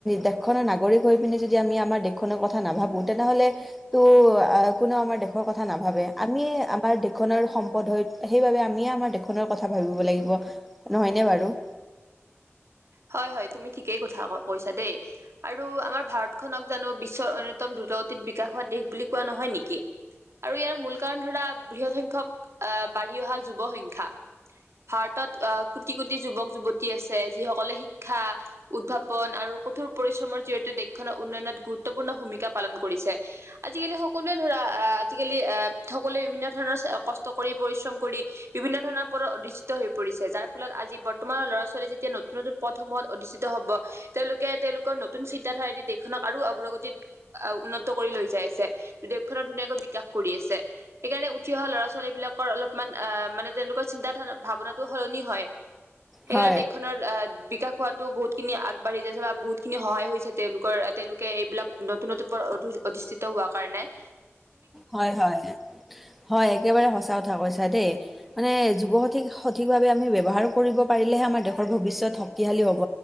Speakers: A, in the centre; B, on the right.
A: দেশখনৰ নাগৰিক হৈ পিনে যদি আমি আমাৰ দেশখনৰ কথা নাভাবোঁ তেনেহলেটো কোনেও আমাৰ দেশৰ কথা নাভাবে আমিয়ে আমাৰ দেশখনৰ সম্পদ হয় সেইবাবে আমি আমিয়ে আমাৰ দেশখনৰ কথা ভাবিব লাগিব নহয়নে বাৰু?
B: হয়, হয়, তুমি ঠিকে কথা কৈছা দে, আৰু আমাৰ ভাৰতখনক জানো বিশ্বৰ আৰত দ্ৰুতগতিত বিকাশ হোৱা দেশ বুলি কোৱা নহয় নেকি আৰু ইয়াৰ মূল কাৰণ ধৰা লোৱা বৃহৎ সংখ্যক আহ বাঢ়ি অহা যুৱ সংখ্যা ভাৰতত আহ কোটি কোটি যুৱক যুৱতী আছে যিসকলে শিক শিক্ষা উদ্ভাৱন আৰু কঠোৰ পৰিশ্ৰমৰ জৰিয়তে দেশখনৰ উন্নয়নত গুৰুত্বপূৰ্ণ ভূমিকা পালন কৰিছে আজিকালি সক কোনোৱে ধৰা অ', আজিকালি অ' সকলোৱে বিভিন্ন ধৰণৰ কষ্ট কৰি, পৰিশ্ৰম কৰি বিভিন্ন ধৰণৰ ওপৰত অধিষ্ঠিত হৈ পৰিছে যাৰ ফলত আজি বৰ্তমান ল'ৰা ছোৱালী যেতিয়া <unintelligible> নতুন পথসমূহত অধিষ্ঠিত হ'ব তেওঁলোকে, তেওঁলোকৰ নতুন চিন্তাধাৰায়েদি দেখ দেশখনক আৰু অগ্ৰগতিত অ', উন্নত কৰি লৈ যায় আছে, দেশখনত ধুনীয়াকৈ বিকাশ কৰি আছে, সেইকাৰণে উঠি অহা ল'ৰা ছোৱালী বিলাকৰ অলপমান আ, মানে তেওঁলোকৰ চিন্তাধাৰা, ভাৱনাটো সলনি হয়। সেইকাৰণে
A: হয়
B: দেশখনৰ আ বিকাশ হোৱাতো বহুতখিনি আগবাঢ়ি যায় আছে বা বহুতখিনি সহায় হৈছে তেওঁলোকৰ, তেওঁলোকে এইবিলাক দত <unintelligible> অধিষ্ঠিত হোৱা কাৰনে-
A: হয়, হয়, হয় একেবাৰে সঁচা কথা কৈ তাতে মানে যুৱশ সঠিক সঠিকভাৱে আমি ব্যৱহাৰ কৰিব পাৰিলেহে আমাৰ দেশখনৰ ভবিষ্যত শক্তিশালী হ'ব।